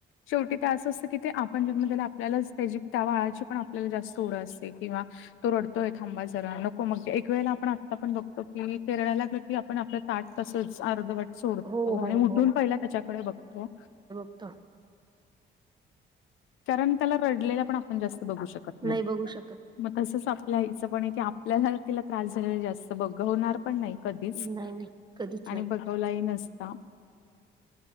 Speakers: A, on the left; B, on the right.
A: शेवटी ते असं असतं की ते आपण जन्म त्याला आपल्याला त्याची त्या बाळाची पण आपल्याला जास्त ओढ असते किंवा तो रडतोय थांबा जरा नको मग एक वेळेला आपण आत्ता पण बघतो की ते रडायला लागलं की आपण आपल्या ताट तसच अर्धवट सोडतो
B: हो, हो,
A: आणि उठून पहिला त्याच्याकडे बघतो
B: त
A: कारण त्याला रडलेला पण आपण जास्त बघू शकत नाही
B: बघू शकत
A: मग तसंच आपल्या आईचं पण आहे की आपल्याला तिला त्रास झालेला जास्त बघवणार पण नाही कधीच
B: नाही नाही कधीच
A: आणि
B: नाही
A: बघवलाही नसता